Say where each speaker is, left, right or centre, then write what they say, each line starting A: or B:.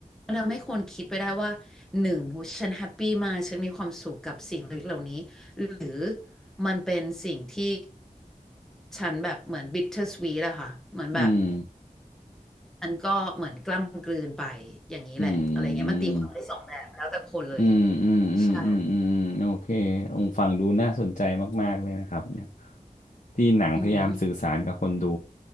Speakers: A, in the centre; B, on the left (about 60°).
A: มันทำให้คนคิดไปได้ว่าหนึ่งโหฉันแฮปปี้มากฉันมีความสุขกับสิ่งเล็กเหล่านี้หรือมันเป็นสิ่งที่ฉันแบบเหมือนบิ t เ e r s w e e t อะค่ะเหมือนแบบ
B: อืม
A: อันก็เหมือนกล้ำกลืนไปอย่างนี้แหละอะไรเงี้ยมันตีความได้สองแบบแล้วแต่คนเลย
B: อืมอืมอืมอืมอืมอืมโอเคองค์ฟังดูน่าสนใจมากๆเลยนะครับเนี่ย
A: ใช่
B: ที่หนังพยายามสื่อสารกับคนดู
A: อือหือ